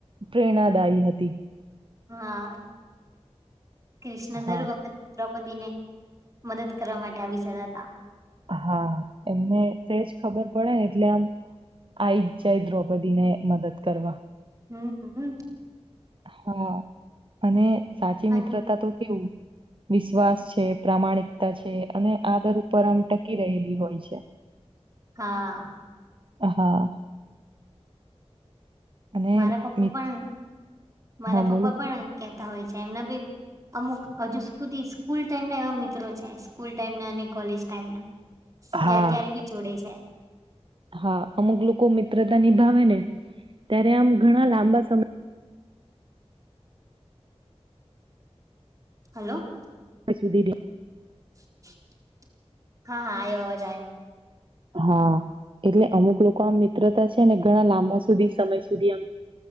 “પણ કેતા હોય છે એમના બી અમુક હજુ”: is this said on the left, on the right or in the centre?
Right